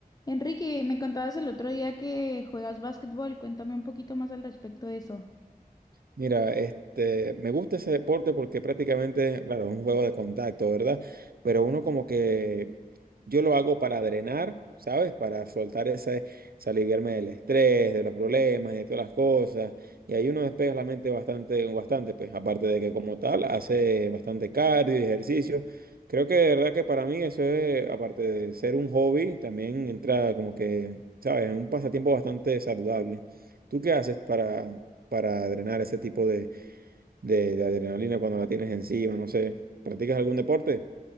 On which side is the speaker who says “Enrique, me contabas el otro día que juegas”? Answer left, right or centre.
Left